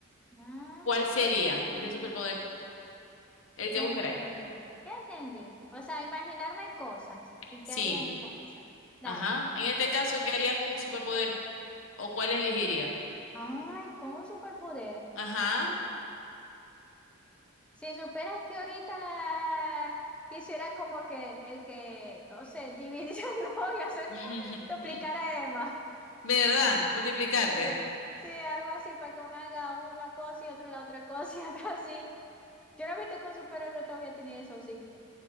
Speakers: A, in the centre; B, on the left (about 70°).
A: Ah,
B: ¿Cuál sería este superpoder? El que
A: ya
B: buscaráis.
A: entendí, ya entendí. O sea, imaginarme cosas y
B: Sí,
A: qué harían esas cosas. Dale,
B: ajá. En este caso,
A: ya entendí.
B: ¿qué harías con un superpoder? ¿O cuál elegiría?
A: Ay, con un superpoder.
B: Ajá.
A: Si superas que ahorita quisiera como que el que, no sé, dividiendo <laughs> y hacer,
B: <laughs>
A: duplicara más.
B: ¿Verdad? Multiplicarte.
A: Sí, sí, algo así, para que uno haga una cosa y otra la otra cosa y <laughs> otra así. Yo no he visto que un superhéroe todavía tiene eso, sí.